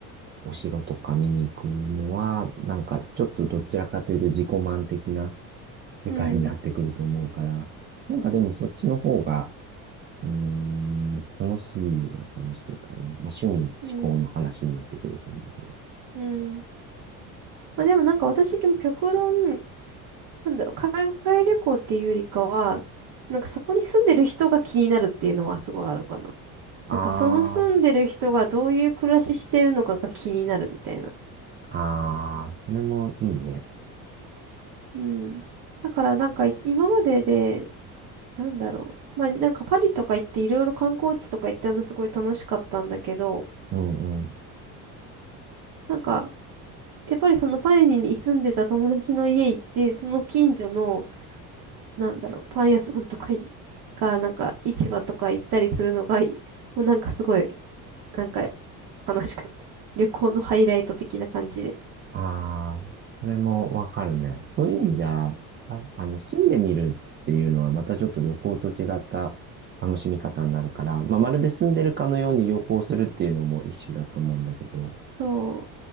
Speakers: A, on the right; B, on the right.
A: お城とか見に行くのは、なんかちょっとどちらかというと自己満的な世界になってくると思うから、
B: うん、
A: なんかでもそっちの方が、うーん、楽しいは楽しいかな。まあ、趣味、思考の話になってくると思うけど。
B: うん、うん。まあでもなんか私、極論、なんだろう、海外旅行っていうよりかは、なんかそこに住んでる人が気になるっていうのはすごいあるかな。
A: あ
B: なんかその住んでる人がどういう暮らししてるのかが気になるみたいな。
A: あ、ああ、それもいいね。
B: うん。だからなんか今まででなんだろう。まあ、なんかパリとか行っていろいろ観光地とか行ったのすごい楽しかったんだけど、
A: うんうん
B: なんか、やっぱりそのパリに住んでた友達の家行って、その近所の、なんだろう、パン屋さんとかい、が、なんか市場とか行ったりするのがい、もうなんかすごい、なんか楽しかった。旅行のハイライト的な感じで。
A: ああ、それもわかるね。そういう意味じゃ、あ、あの、住んでみるっていうのはまたちょっと旅行と違った楽しみ方になるから、まあ、まるで住んでるかのように旅行するっていうのも一種だと思うんだけど、
B: そう